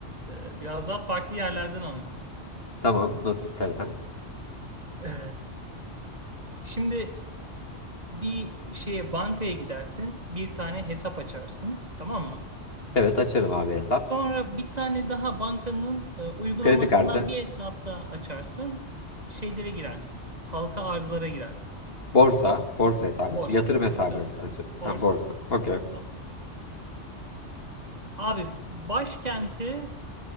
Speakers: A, on the right; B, on the left.
A: Ee, biraz daha farklı yerlerden anlatayım.
B: Tamam nasıl istersen.
A: Ee, şimdi bir şeye bankaya gidersin, bir tane hesap açarsın, tamam mı?
B: Evet açarım abi hesap.
A: Sonra bir tane daha bankanın e, uygulamasından
B: Kredi kartı.
A: bir hesap daha açarsın. Şeylere girersin. Halka arzlara girersin.
B: Borsa. Borsa hesabı
A: Borsa.
B: açıyorum. Yatırım hesabı
A: Bu kadar.
B: açıyorum. Tamam
A: Borsa
B: borsa.
A: abi.
B: Okey.
A: Tamam. Abi başkenti